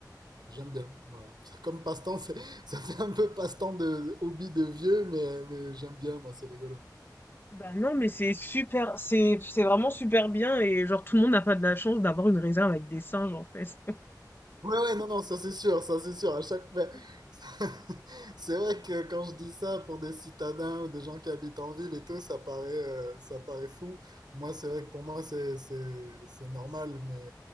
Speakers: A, on the right; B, on the left.
A: j'aime bien. Voilà. C'est comme passe-temps, c'est- <laughs> ça fait un peu passe-temps de hobby de vieux, mais, mais j'aime bien, moi, c'est rigolo.
B: Bah non, mais c'est super, c'est c'est vraiment super bien et genre tout le monde n'a pas de la chance d'avoir une réserve avec des singes en fait.
A: Ouais, ouais, non, non, ça c'est sûr, ça c'est sûr. À chaque, <laughs>
B: <laughs>
A: c'est vrai que quand je dis ça pour des citadins ou des gens qui habitent en ville et tout, ça paraît, euh, ça paraît fou. Moi, c'est vrai que pour moi, c'est, c'est, c'est normal. Mais,